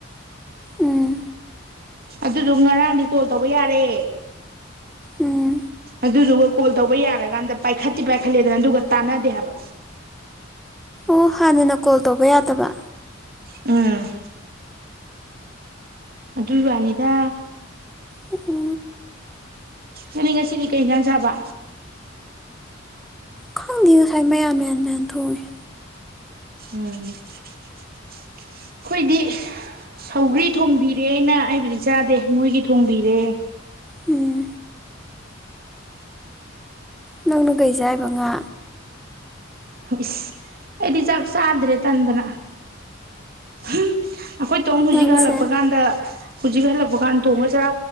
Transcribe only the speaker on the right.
ꯑꯗꯨꯗꯣ ꯉꯔꯥꯡꯗꯤ ꯀꯣꯜ ꯇꯧꯕ ꯌꯥꯔꯦ
ꯑꯗꯨꯗꯨꯒ ꯀꯣꯜ ꯇꯧꯕ ꯌꯥꯔꯀꯥꯟꯗ ꯄꯥꯏꯈꯠꯇꯦ ꯄꯥꯏꯈꯠꯂꯦꯗꯅ ꯑꯗꯨꯒ ꯇꯥꯟꯅꯗꯦ ꯍꯥꯏꯕ
ꯑꯝ ꯑꯗꯨꯏꯋꯥꯅꯤꯗ
ꯅꯪꯅꯤ ꯉꯁꯤꯗꯤ ꯀꯩ ꯌꯦꯟꯁꯥꯡ ꯆꯥꯕ
ꯎꯝ ꯑꯩꯈꯣꯏꯗꯤ ꯁꯧꯒ꯭ꯔꯤ ꯊꯣꯡꯕꯤꯔꯦꯅ ꯑꯩꯕꯨꯗꯤ ꯆꯥꯗꯦ ꯃꯣꯏꯒꯤ ꯊꯣꯡꯕꯤꯔꯦ
ꯏꯁ ꯑꯩꯗꯤ ꯆꯥꯛ ꯆꯥꯗ꯭ꯔꯦ ꯇꯟꯗꯅ ꯑꯩꯈꯣꯏ ꯇꯣꯝ ꯍꯧꯖꯤꯛ
ꯍꯜꯂꯛꯄ ꯀꯥꯟꯗ ꯍꯧꯖꯤꯛ ꯍꯜꯂꯛꯄ ꯀꯥꯟꯗ ꯊꯣꯝꯒ ꯆꯔꯥ